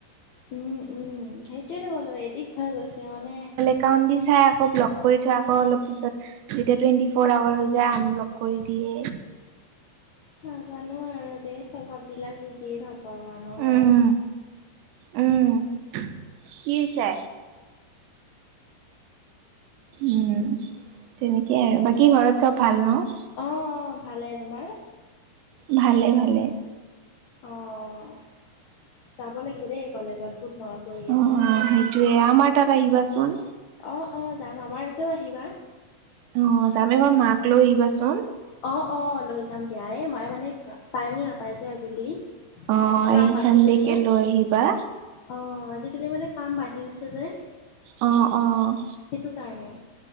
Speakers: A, on the left; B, on the right.
A: উম উম সেইটোৱেতো ক'লো, এদিক হৈ গৈছে মানে
B: একাউন্ট দি চাই আকৌ ব্লক কৰি থয় আকৌ অলপ পিছত যেতিয়া টোৱেন্টি ফৰ আৱাৰ হৈ <unintelligible> আনব্লক কৰি দিয়ে।
A: নাজানো আৰু দেই, স্বভাৱবিলাক বুজিয়ে নাপাওঁ মানুহৰ।
B: উম উম, কি হৈছে? উম, তেনেকেই আৰু বাকী ঘৰত চব ভাল ন'?
A: অ' অ' ভালে, তোমাৰ?
B: ভালে, ভালে।
A: অঁ, যাব লাগিব দেই কলেজত বহুত মনত পৰি
B: অ
A: আছে।
B: <unintelligible> আমাৰ তাত আহিবাচোন।
A: অ, অ ', যাম আমাৰ ইয়াতেও আহিবা।
B: অ', যামেই বাৰু মাক লৈ আহিবাচোন।
A: অঁ অঁ লৈ যাম দিয়া, এই মায়ে মানে টাইমেই নাপাই যে আজিকালি।
B: অ',
A: কাম
B: এই
A: বাঢ়ি
B: চানডেকে
A: গৈছে
B: লৈ আহিবা।
A: অ', আজিকালি মানে কাম বাঢ়ি গৈছে যে।
B: অঁ, অঁ।
A: সেইটো কাৰণে।